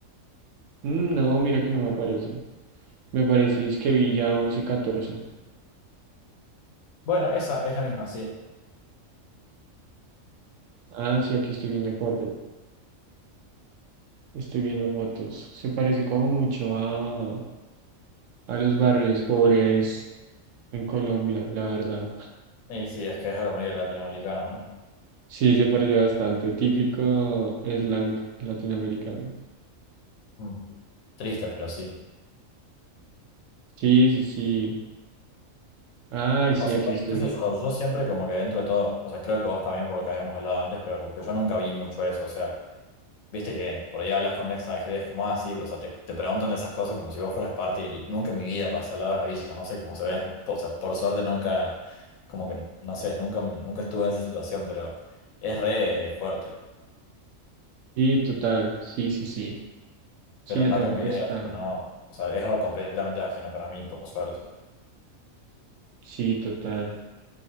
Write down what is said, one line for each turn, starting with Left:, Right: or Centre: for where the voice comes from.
Right: Mm, No, mira que no me aparece. Me parece es que Villa 11 14.
Left: Bueno, esa es la misma, sí.
Right: Ah, sí, aquí estoy viendo fotos. Estoy viendo fotos. Se parece como mucho a, a los barrios pobres en Colombia, la verdad.
Left: Y sí, es que es algo medio latinoamericano, ¿no?
Right: Sí, se parece bastante. Típico slang latinoamericano.
Left: Mm. Triste, pero sí.
Right: Sí, sí, sí. Ay, sí,
Left: O sea,
Right: aquí
Left: bueno,
Right: estoy
Left: qué sé
Right: viendo.
Left: yo, yo siempre como que dentro de todo, o sea, creo que vos también por lo que habíamos hablado antes, pero como que yo nunca vi mucho eso, o sea, viste que por ahí hablas con un extranjero y es como, ah, sí, o sea, te, te preguntan de esas cosas como si vos fueras parte y nunca en mi vida pasé al lado de una villa, no sé cómo se ven, <laughs> o sea, por suerte nunca, como que, no sé, nunca, me- nunca estuve en esa situación, pero es re fuerte,
Right: Sí, total. Sí, sí, sí. Sí,
Left: pero
Right: yo
Left: no
Right: tampoco
Left: tengo idea,
Right: estaba.
Left: tipo, no, o sea, es algo completamente ajeno para mí, por suerte.
Right: Sí, total.